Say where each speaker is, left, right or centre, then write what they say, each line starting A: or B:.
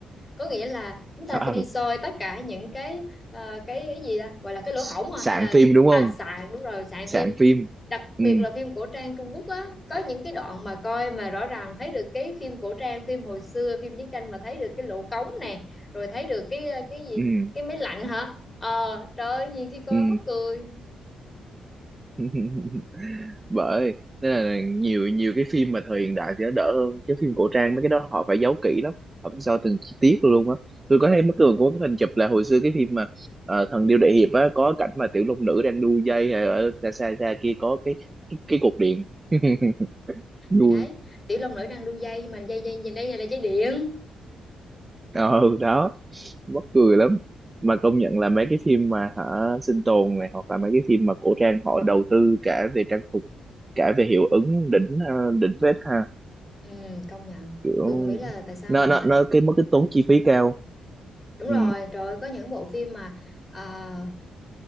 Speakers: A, on the left; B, on the right.
A: có nghĩa là chúng ta
B: à,
A: sẽ đi soi tất cả những cái ờ, cái cái gì ta gọi
B: <laughs>
A: là cái lỗ hổng à
B: sạn
A: hay là
B: phim đúng
A: à
B: không
A: sạn đúng rồi sạn
B: sạn
A: phim
B: phim
A: đặc
B: ừ
A: biệt là phim cổ trang Trung Quốc á có những cái đoạn mà coi mà rõ ràng thấy được cái phim cổ trang phim hồi xưa phim chiến tranh mà thấy được cái lỗ cống nè rồi thấy được cái ờ, cái gì
B: ừ
A: cái máy lạnh hả ờ trời ơi nhiều khi coi
B: ừ
A: mắc cười
B: <laughs> bởi nên là nhiều nhiều cái phim mà thời hiện đại thì nó đỡ hơn cái phim cổ trang mấy cái đó họ phải giấu kỹ lắm họ phải sao từng chi tiết luôn á tôi có thấy mấy cường có cái hình chụp là hồi xưa cái phim mà ờ, thần điêu đại hiệp á có cảnh mà tiểu long nữ đang đu dây hay ở xa xa xa kia có cái cái, cái cục điện <laughs> vui
A: thì đấy tiểu long nữ đang đu dây mà dây dây dây đây là dây điện
B: ờ đó mắc cười lắm mà công nhận là mấy cái phim mà hả sinh tồn này hoặc là mấy cái phim mà cổ trang họ đầu tư cả về trang phục cả về hiệu ứng đỉnh ờ, đỉnh phết ha
A: ừ, công nhận
B: kiểu
A: tôi không biết là tại sao
B: nó
A: mà người
B: nó
A: ta
B: nó cái mất cái tốn chi phí cao
A: đúng rồi
B: ừ,
A: trời ơi, có những bộ phim mà ờ,